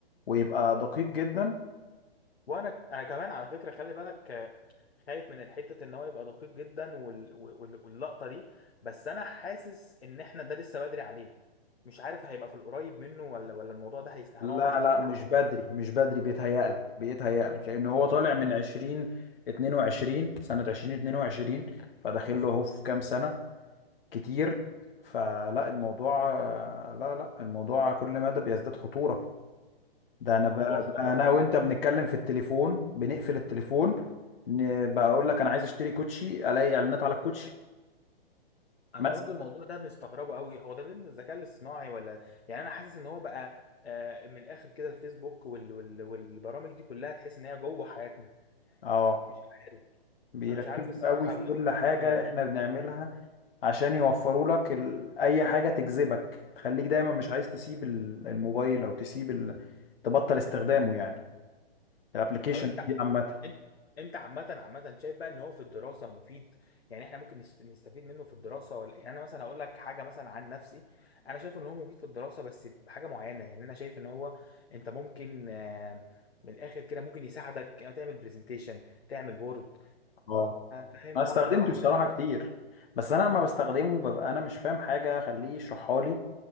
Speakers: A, on the left; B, on the left.
A: ويبقى دقيق جدا
B: وانا انا كمان على فكره خلي بالك آه، خايف من الحته ان هو يبقى دقيق جدا وال... وال... واللقطه دي بس انا حاسس ان احنا ده لسه بدري عليه مش عارف هيبقى في القريب منه ولا ولا الموضوع ده هيست هنقعد
A: لا
B: كتير
A: لا مش
B: لحد
A: بدري
B: ما
A: مش بدري بيتهيألك بيتهيألك لأن هو طالع من 20 22 سنة 2022 فداخل له أهو في كام سنة كتير فلا الموضوع لا لا الموضوع كل مدى بيزداد خطورة ده أنا
B: الموضوع
A: بقى
B: خطر
A: بقى أنا
B: ها
A: وأنت بنتكلم في التليفون بنقفل التليفون ن- بقى أقول لك أنا عايز أشتري كوتشي ألاقي إعلانات على الكوتشي
B: انا
A: مثلا
B: برضو الموضوع ده مستغربه قوي هو ده ضمن الذكاء الاصطناعي ولا يعني انا حاسس ان هو بقى آه، من الاخر كده الفيسبوك وال... وال... والبرامج دي كلها تحس ان هي جوه حياتنا
A: أه
B: فمش عارف
A: بيركزوا
B: انا مش عارف الصراحه
A: قوي في
B: ال-
A: كل
B: الاصطلاح
A: حاجة
B: منين
A: إحنا بنعملها
B: مم.
A: عشان يوفروا لك ال... اي حاجه تجذبك تخليك دايما مش عايز تسيب ال- الموبايل او تسيب ال... تبطل استخدامه يعني الابلكيشن
B: طب انت
A: دي عامه
B: انت انت عامه عامه شايف بقى ان هو في الدراسه مفيد يعني احنا ممكن نست- نستفيد منه في الدراسه ولا يعني انا مثلا هقول لك حاجه مثلا عن نفسي انا شايف ان هو مفيد في الدراسه بس بحاجه معينه يعني انا شايف ان هو انت ممكن آه، من الاخر كده ممكن يساعدك آه، تعمل برزنتيشن تعمل وورد
A: اه
B: فاهم
A: انا استخدمته
B: واحده واحده
A: بصراحه كتير بس انا لما بستخدمه ببقى انا مش فاهم حاجه خليه يشرحها لي